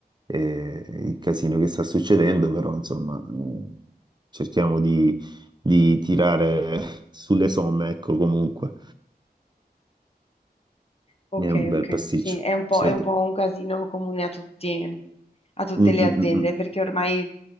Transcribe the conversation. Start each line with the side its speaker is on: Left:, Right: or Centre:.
Right: eh, il casino che sta succedendo, però insomma mh, cerchiamo di, di tirare <laughs> sulle somme, ecco comunque.
Left: Ok,
Right: È un bel
Left: ok,
Right: pasticcio.
Left: sì, è un po',
Right: Sì.
Left: è un po' un casino comune a tutti- a tutte
Right: Mm,
Left: le
Right: mm,
Left: aziende,
Right: mm, mm.
Left: perché ormai